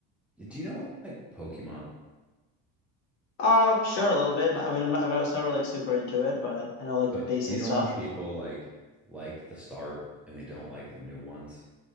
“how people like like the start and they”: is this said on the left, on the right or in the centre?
Centre